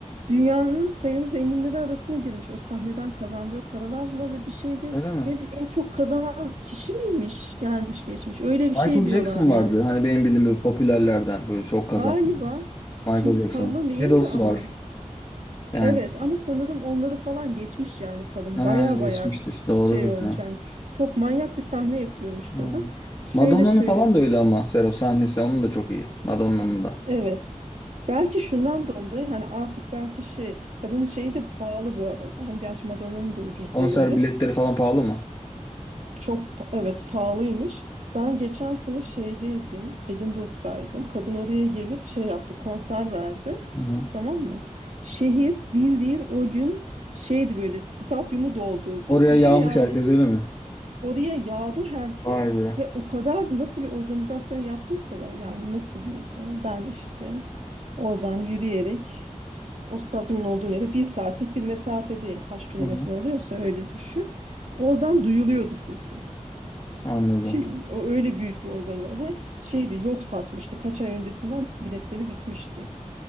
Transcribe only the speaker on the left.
Öyle mi?
Michael
Jackson vardı.
Hani benim bildiğim böyle popülerlerden böyle çok kazanan
Michael
Jackson. Beatles
var. Yani
ha,
geçmiştir.
Doğrudur
ya.
Ha.
Madonna'nın
falan da öyle ama Serap sahnesi onun da çok iyi. Madonna'nın da.
Konser
biletleri falan pahalı mı?
Hı hı.
Oraya
yağmış
herkes öyle mi?
Vay be.
Hı hı.
Anladım.